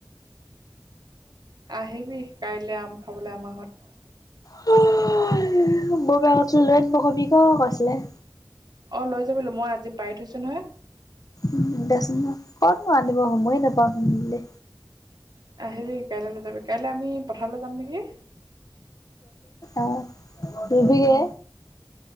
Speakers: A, on the right; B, on the left.
A: আহিবি কাইলৈ আম খাবলৈ আমাৰ ঘৰত।
B: বৰমাই কৈছিলে লৈ আনিব কবি ক' কৈছিলে।
A: অঁ লৈ যাবিহি মই আজি পাৰি থৈছো নহয়।
B: উমঁ দেচোন ক'তনো আনিবই সময় নাপাওঁ চোন ঘধূলি।
A: আহিবি কাইলৈ লৈ যাবি কাইলৈ আমি পথাৰলৈ যাম নেকি।
B: অঁ ৰুবি
A: উম,
B: গে?